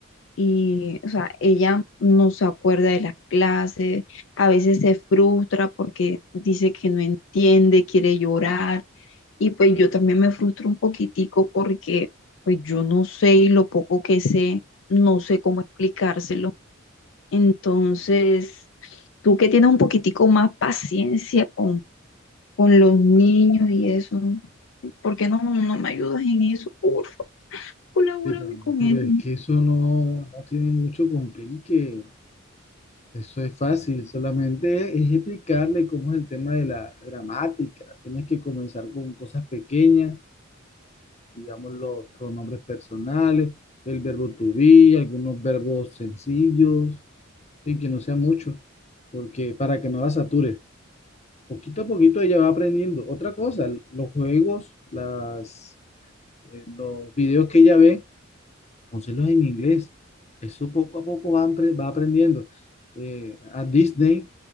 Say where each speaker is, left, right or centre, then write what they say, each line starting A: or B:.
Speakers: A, on the left; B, on the left.
A: y, o sea, ella no se acuerda de las clases, a veces se frustra porque dice que no entiende, quiere llorar. Y pues yo también me frustro un poquitico porque pues yo no sé y lo poco que sé, no sé cómo explicárselo. Entonces, tú que tienes un poquitico más paciencia con, con los niños y eso, ¿por qué no, no me ayudas en eso? Por favor, colabórame
B: Pero,
A: con
B: pero
A: él.
B: es que eso no, no tiene mucho complique. Eso es fácil, solamente es explicarle cómo es el tema de la gramática. Tienes que comenzar con cosas pequeñas digamos, los pronombres personales, el verbo to be, algunos verbos sencillos, en que no sean muchos, porque para que no la satures. Poquito a poquito ella va aprendiendo. Otra cosa, los juegos, las, eh, los videos que ella ve, pónselos en inglés. Eso poco a poco va, apre- va aprendiendo. Eh, a Disney,